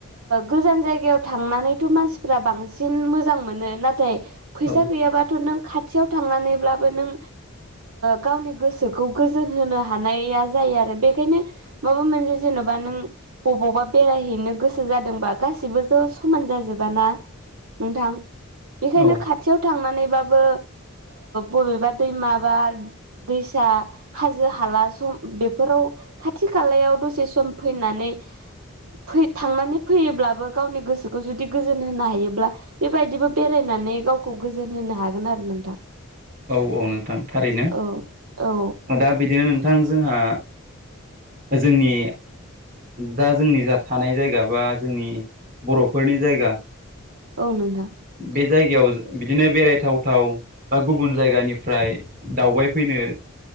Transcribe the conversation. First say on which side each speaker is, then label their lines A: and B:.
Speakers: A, on the right (about 85°); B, on the right (about 40°).
A: गोजान जायगायाव थांनानैथ' मानसिफ्रा बांसिन मोजां मोनो नाथाय, फैसा
B: औ
A: गैयाबाथ' नों खाथियाव थांनानैब्लाबो नों गावनि गोसोखौ गोजोन होनो हानाया जायो आरो बे खायनो माबा मोनसेे जेन'बा नों अबावबा बेरायहैनो गोसो जादोंबा गासिबो ज' समान जाजोब ना। नोंथां बेखायनो
B: औ
A: खाथियाव थांनानैबाबो बबेबा दैमाबा दैसा हाजो हाला सम बेफोराव खाथि खालायाव दसे सम फैनानै फै थांनानै फैयोब्लाबो गावनि गोसोखौ जुदि गोजोन होनो हायोब्ला बेबायदिबो बेरायनानै गावखौ गोजोन होनो हागोन आरो नोंथां।
B: औ औ नोंथां थारैनो।
A: औ औ
B: दा बिदिनो नोंथां जोंहा जोंनि दा जोंनि जा थानाय जायगा बा जोंनि बर'फोरनि जायगा
A: औ नोंथां।
B: बे जायगायाव बिदिनो बेरायथावथाव बा गुबुन जायगानिफ्राय दावबायफैनो